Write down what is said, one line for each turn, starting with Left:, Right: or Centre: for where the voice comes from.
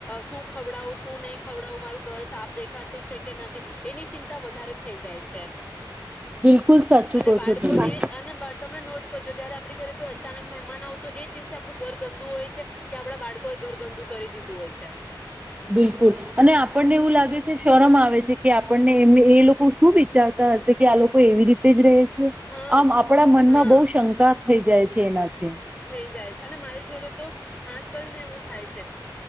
Left: શું ખવડાવું શું નહીં ખવડાવું મારું ઘર સાફ દેખાતું છે કે નથી એની ચિંતા વધારે થઈ જાય છે
Right: બિલકુલ સાચું
Left: અને
Right: કહો
Left: બાળકો
Right: છો તમે
Left: જે અને તમે નોટ તો જોજો આપડી ઘરે કોઈ અચાનક મહેમાન આવ તો એ જ દિવસે આપું ઘર ગંદુ હોય છે કે આપડા બાળકોએ ઘર ગંદુ કરી દીધું હોય છે
Right: બિલકુલ અને આપણને એવું લાગે છે શરમ આવે છે કે આપણને એમને એ લોકો શું વિચારતા હશે કે આ લોકો એવી રીતે જ રહે છે
Left: હા
Right: આમ આપણા મનમાં
Left: હા
Right: બો શંકા થઈ જાય. છે એનાથી
Left: થઈ જાય છે અને મારી જોડે તો. ખાસ કરીને એવું થાય છે